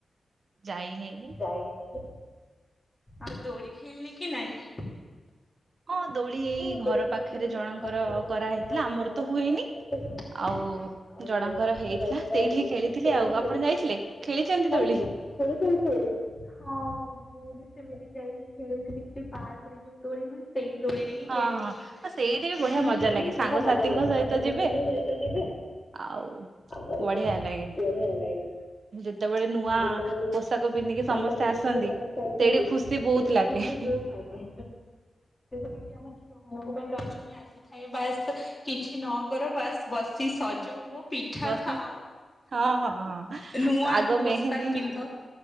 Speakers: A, on the right; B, on the left.
A: ଯାଇ ହେଇନି
B: ଯାଇ ହେଇନି। ଆଉ ଦୋଳି ଖେଳିଲି କି ନାଇଁ
A: ହଁ ଦୋଳି ଏଇ
B: ହଁ
A: ଘର
B: ଡୋଳି
A: ପାଖରେ
B: ଏଇ
A: ଜଣଙ୍କର
B: ଘର ପାଖରେ ଜଣଙ୍କର
A: କରାହେଇଥିଲା ଆମର
B: କରାହେଇଥିଲା
A: ତ ହୁଏନି
B: ଆମର ତ
A: ଆଉ
B: ଆଉ
A: ଜଣଙ୍କର ହେଇଥିଲା
B: ଜଳଙ୍କର
A: ସେଇଠି
B: ହେଇଥିଲା
A: ଖେଳିଥିଲି
B: ସେଇଠି
A: ଆଉ ଆପଣ
B: ଖେଳଥିଲେି
A: ଯାଇଥିଲେ
B: ଆଉପ
A: ଖେଳିଛନ୍ତି
B: ଯାଇଥିଲେ
A: ଦୋଳି?
B: ଖେଳୁ ହଁ ମୁଁ ବି ସେମିତି ଯାଇକି ଖେଳୁଥିଲି ସେ ପାର୍କ ରେ ଯୋଉ ଦୋଳିିବି ସେଇ ଦୋଳି ଥିଲ
A: ହଁ ହଁ ଆଉ ସେଇଠି ବି
B: ସେଇଟ
A: ବଢିଆ ମଜା ଲାଗେ
B: ବି
A: ସାଙ୍ଗସାଥିଙ୍କ
B: ବଢିଆ ମଜା ଲାଗେ
A: ସହିତ
B: ସାଙ୍ଗସଥିଙ୍କ
A: ଯିବେ
B: ସହିତ ଯିବେ
A: ଆଉ
B: ଆଉ
A: ବଢିଆ ଲାଗେ
B: ବଢିଆ ଲାଗେ
A: ଯେତେବେଳେ ନୂଆ
B: ଯେତେବେଳେ ନୂଆ
A: ପୋଷାକ ପିନ୍ଧିକି
B: ପୋଷାକ
A: ସମସ୍ତେ ଆସନ୍ତି
B: ପିନ୍ଧିକି ସମସ୍ତେ ଆସନ୍ତି
A: ସେଠି ଖୁସି ବହୁତ
B: ସେଇଠି
A: ଲାଗେ।
B: ଖୁସି ବହୁତ ଲାଗେ। ଲାଗେ ଆମ ଝିଅ ମାନଙ୍କ ପାଇଁ ରଜ ହିଁ ଆସିଥାଏ ବାସ୍ କିଛି ନ କର ବାସ୍ ବସି ସଜ ହୁଅ। ପିଠା
A: ବସି
B: ଖାଅ
A: ହଁ ହଁ ହଁ
B: ନୂଆର
A: ଆଗ
B: ପୋଷାକ
A: ମେହେନ୍ଦୀ
B: ପିନ୍ଧ